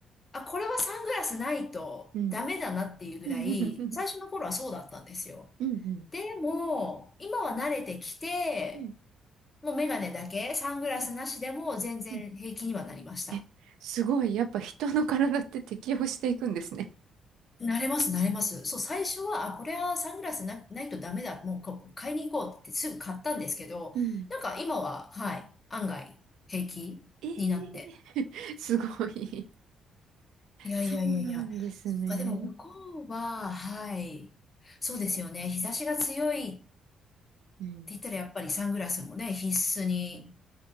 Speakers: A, on the left (about 30°); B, on the right (about 85°).
A: あ、これはサングラスないとダメだなっていうぐらい、
B: うん。うんうん。
A: 最初の頃はそうだったんですよ。
B: うん
A: でも、今は慣れてきて、
B: うん
A: もうメガネだけ、サングラスなしでも全然平気にはなりました。
B: うん。え、すごい。やっぱ人の体って適応していくんですね。
A: 慣れます、慣れます。そう、最初は、あ、これはサングラスな、ないとダメだ。もうこう、買いに行こうってすぐ買ったんですけど、
B: うん。
A: なんか今は、はい、案外平気になって。
B: ええ <laughs> すごい。
A: いやいやいやいや。
B: そうなんですね。
A: そっか、でも向こうは、はい。そうですよね。日差しが強いっ
B: うん。
A: て言ったら、やっぱりサングラスもね、必須に